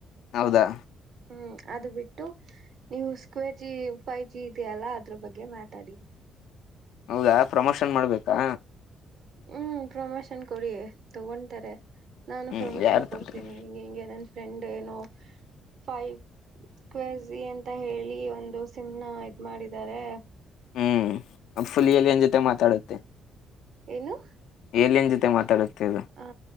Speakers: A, on the left; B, on the right.
A: ಹೌದಾ
B: ಹ್ಮ್ ಅದು ಬಿಟ್ಟು ನೀವು ಸ್ಕ್ವೇರ್ ಜಿ ಫೈವ್ ಜಿ ಇದೆಯಲ್ಲ ಅದ್ರ ಬಗ್ಗೆ ಮಾತಾಡಿ
A: ಹೌದಾ ಪ್ರಮೋಷನ್ ಮಾಡ್ಬೇಕಾ
B: ಹ್ಮ್ ಪ್ರಮೋಶನ್ ಕೊಡಿ ತಗೊಂಡ್ತಾರೆ. ನಾನು
A: ಹ್ಮ್
B: ಪ್ರಮೋಷನ್
A: ಯಾರು
B: ಕೊಡ್ತೀನಿ
A: ತಂತಾನೆ
B: ಹಿಂಗೆ ಹಿಂಗೆ ನನ್ ಫ್ರೆಂಡ್ ಏನೋ ಫೈವ್ ಸ್ಕ್ವೇರ್ ಜಿ ಅಂತ ಹೇಳಿ ಒಂದು ಸಿಮ್ ನಾ ಇದು ಮಾಡಿದಾರೆ.
A: ಹ್ಮ್ ಫುಲ್ ಏಲಿಯನ್ ಜೊತೆ ಮಾತಾಡುತ್ತೆ.
B: ಏನು.
A: ಏಲಿಯನ್ ಜೊತೆ ಮಾತಾಡತ್ತೆ ಅದು.
B: ಆ